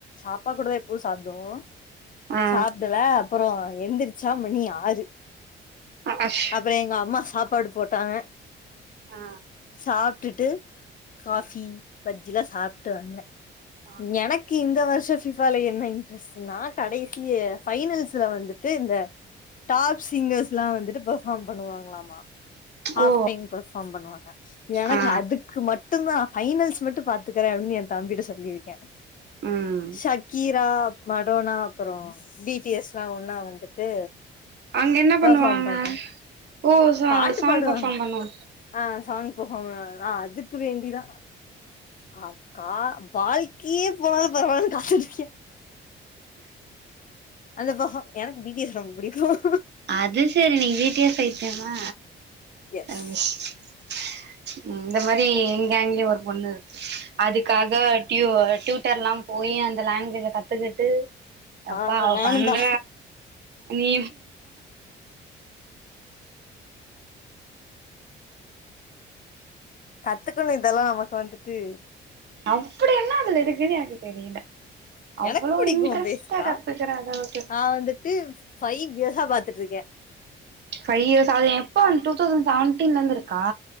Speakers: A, on the left (about 45°); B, on the right (about 60°).
A: அப்பா கூடதா எப்பவும் சாப்டுவோம்
B: ஆ
A: சாப்டல அப்பறோம் எந்திரிச்சா மணி ஆறு
B: அஷ்
A: அப்புறம் எங்க அம்மா சாப்பாடு போட்டாங்க
B: ஆ
A: சாப்டுட்டு காஃபி பஜ்ஜில்லாம் சாப்டிட்டு வந்தேன்
B: ஓகே
A: எனக்கு
B: ஓகே.
A: இந்த வருஷம் பிஃபால என்ன இன்ட்ரெஸ்டனா கடைசி பைனல்ஸ்ல வந்துட் இந்த டாப் சிங்கர்ஸ் எல்லாம் வந்துட்டு பெர்பார்ம் பண்ணுவாங்களாமா ஹாப்
B: ஓ
A: டைம் கோசம் பண்ணுவாங்க எனக்கு
B: ஆ
A: அதுக்கு மட்டும் தான் பைனல்ஸ் மட்டும் பாத்துக்கறேன் அப்படின்னு என் தம்பிட்ட சொல்லியிருக்கேன்
B: ம்
A: ஷக்கீரா மா அரோவனா அப்பறோம் டி ட்டி எஸ் லாம் ஒன்னா வந்துட்டு
B: அங்க என்ன பண்ணுவாங்க
A: பெர்ஃபார்ம் பண்றாங்க
B: போ சா
A: பாட்டு
B: சாங்
A: பாடுவாங்க
B: பெர்ஃபார்ம் பண்ணவா
A: ஆ சாங் பெர்ஃபார்ம் அதுக்கு வேண்டிதான் அக்கா வாழ் கையே போனாலும் பரவால்ல <inaudible> அந்த பகம் எனக்கு பீ டி எஸ் ரொம்ப பிடிக்கும்
B: அது சரி நீ பீடி எஸ் ஸா <inaudible> சமா
A: எஸ்
B: ம் இந்த மாதிரி எங்கேங்லயும் ஒரு பொண்ணு இருக்கு அதுக்காக டியூ டியூட்டர் எல்லாம் போய் அந்த லேங்குவேஜ கத்துக்கிட்டு அப்பா
A: ஆஹா
B: அவ
A: நானுந்தா
B: பண்ற நீ
A: கத்துக்கனும் இதல்ல நமக்கு வந்துட்டு
B: அப்டி என்ன அதல இருக்குன்னு எனக்கு தெரில அவ்வளே
A: எனக்கு புடிக்கு
B: இன்ட்ரெஸ்ட
A: பேசிக்கா
B: கத்துக்குற அளவுக்கு
A: நா வந்துட்டு ஃபைவ் இயர்ஸா பாத்துட்ருக்கே
B: பைவ் இயர்ஸ்சாவே அது எப்ப டு டவுசண்ட் செவனாடீன்ல இருந்து இருக்கா